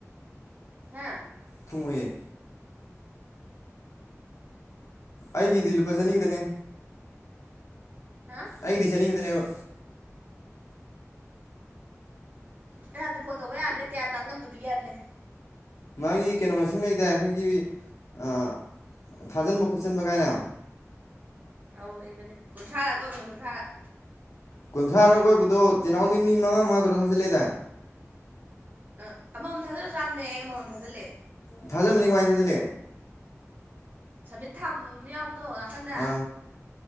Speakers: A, on the right (about 35°); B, on the left (about 75°).
A: ꯍꯥ
B: ꯊꯣꯡꯉꯣꯏ ꯌꯦ ꯑꯩꯒꯤꯗꯤ ꯂꯨ ꯄ ꯆꯅꯤꯈꯤꯗꯅꯤ
A: ꯍꯥ
B: ꯑꯩꯒꯤꯗꯤ ꯆꯥꯅꯤ ꯈꯠꯇꯅꯦꯕꯥ꯫
A: ꯑꯩ ꯍꯥꯏꯕꯗꯤ ꯐꯣꯟ ꯇꯧꯕ ꯌꯥꯕꯃꯤꯅꯦ ꯀꯌꯥ ꯇꯥꯟꯂꯝꯝꯗꯣꯏꯔꯤꯒꯦ ꯍꯥꯏꯕꯅꯦ
B: ꯃꯥꯒꯤ ꯀꯩꯅꯣ ꯃꯁꯤꯡ ꯂꯩꯗꯥꯏ ꯑꯩꯈꯣꯏꯒꯤ ꯑꯥꯑꯥ ꯊꯥꯖꯤꯟꯕ ꯈꯣꯠꯆꯤꯟꯕ ꯀꯥꯏꯅ
A: ꯑꯧ ꯂꯩꯕꯅꯦ ꯀꯨꯟꯊ꯭ꯔꯥꯔꯛ ꯑꯣꯏꯕꯅꯦ ꯀꯨꯟꯊ꯭ꯔꯥꯔꯛ꯫
B: ꯀꯨꯟꯊ꯭ꯔꯥꯔ ꯑꯣꯏꯕꯗꯣ ꯇꯤꯍꯥꯎꯗꯤ ꯃꯤ ꯃꯉꯥ- ꯃꯉꯥ ꯇꯧꯔ ꯊꯥꯖꯜꯂꯦꯗꯥꯏ꯫
A: ꯑ ꯑꯃꯃꯝ ꯊꯥꯖꯜꯂ ꯁꯨ ꯌꯥꯕꯅꯦ ꯑꯩ ꯑꯃꯃꯝ ꯊꯥꯖꯜꯂꯦ꯫
B: ꯊꯥꯖꯟꯕꯅꯤ ꯀꯃꯥꯏ ꯊꯥꯖꯤꯜꯂꯤ?
A: ꯁꯃꯤꯠ ꯊꯥꯕ ꯑꯃ ꯌꯥꯎꯕꯗꯣ ꯅꯥꯀꯟꯗ
B: ꯑꯥ